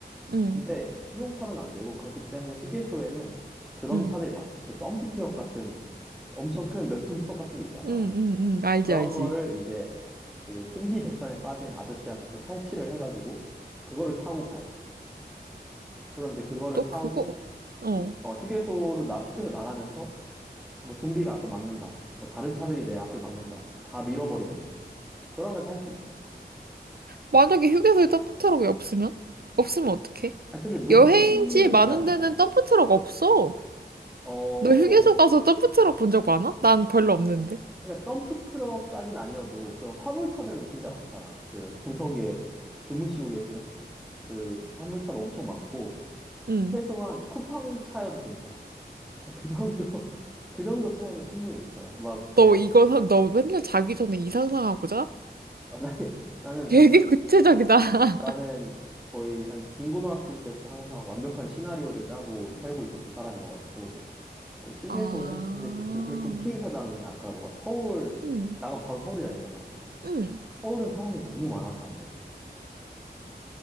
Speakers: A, on the right (about 65°); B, in the centre.
A: 응,
B: 근데 승용차로는 안 되고 그렇기 때문에 휴게소에는 그런
A: 응,
B: 차들이 많아. 그 덤프 트럭 같은 엄청 큰 몇 톤 트럭 같은 게 있잖아.
A: 응, 응, 응, 알지,
B: 그런
A: 알지.
B: 거를 이제 그 혼비백산에 빠진 아저씨한테서 탈취를 해가지고 그거를 타고 가야 돼. 그럼 이제 그거를
A: 또
B: 타고
A: 그거. 어,
B: 휴, 어, 휴게소로 나 휴게소 나가면서 뭐 좀비가 앞을 막는다. 뭐 다른 차들이 내 앞을 막는다. 다 밀어버리면 돼. 그러면 살 수 있어.
A: 만약에 휴게소에 덤프트럭이 없으면? 없으면 어떡해?
B: 아 근데 높은
A: 여행지
B: 확률로 있지
A: 많은
B: 않아?
A: 데는 덤프트럭 없어.
B: 어.
A: 너 휴게소 가서 덤프트럭 본 적 많아? 난 별로 없는데.
B: 그러니까 덤프 트럭까진 아니어도 그런 화물차들은 진짜 많잖아. 그 구석에 주무시고 계시는 그 화물차도 엄청 많고
A: 응.
B: 최소한 쿠팡 차여도 괜찮아. <laughs> 그 정도 그 정도 차여도 충분히 괜찮아. 막 그냥
A: 너 이거, 사- 너 맨날 자기 전에 이 상상하고 자?
B: <laughs> 나 나는
A: 되게 구체적이다. <laughs>
B: 나는 거의 한 중고등학생 때부터 항상 완벽한 시나리오를 짜고 살고 있었던 사람이어가지고 예, 휴게소는
A: 아,
B: 굉장히 좋고 그리고 국회의사당이 아까 너가 서울
A: 응,
B: 나가면 바로 서울이라 했잖아.
A: 응.
B: 서울은 사람이 너무 많아서 안 돼.